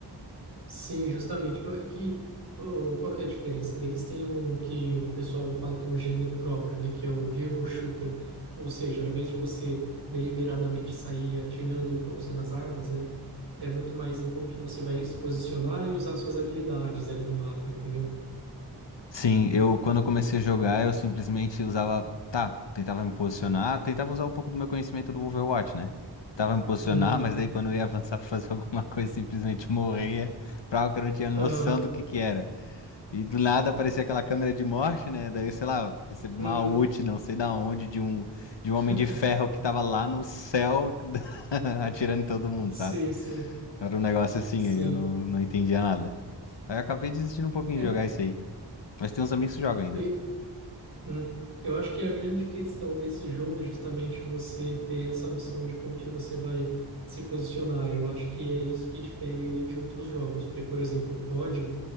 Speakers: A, on the right; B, on the left.
A: sim, justamente. É que, oh, qual que é a diferença? Eles têm um que o pessoal fala que é um gênero próprio, né? Que é o Hero Shooter. Ou seja, ao invés de você deliberadamente sair atirando e o foco ser nas armas, é, é muito mais em como que você vai se posicionar e usar suas habilidades ali no mapa, entendeu?
B: Sim, eu quando eu comecei a jogar, eu simplesmente usava, tá, tentava me posicionar, tentava usar um pouco do meu conhecimento do Overwatch, né? Tentava me posicionar,
A: Uhum,
B: mas daí quando eu ia <laughs> avançar pra fazer <laughs> alguma coisa, simplesmente morria, pra algo que eu não tinha noção
A: aham,
B: do que que era. E do nada aparecia aquela câmera de morte, né? Daí, sei lá, recebi uma
A: uhum.
B: ult, não sei da onde, de um de um
A: <laughs>
B: homem de ferro que tava lá no céu <laughs> atirando em todo mundo,
A: Sim,
B: sabe?
A: sim,
B: Era um negócio assim
A: sim.
B: aí, eu não, não entendia nada. Aí eu acabei desistindo um pouquinho
A: É,
B: de jogar isso aí. Mas tem uns amigos que jogam ainda.
A: e, hum, eu acho que a grande questão desse jogo é justamente você ter essa noção de como que você vai se posicionar. Eu acho que é isso que difere ele de outros jogos, porque, por exemplo, o COD,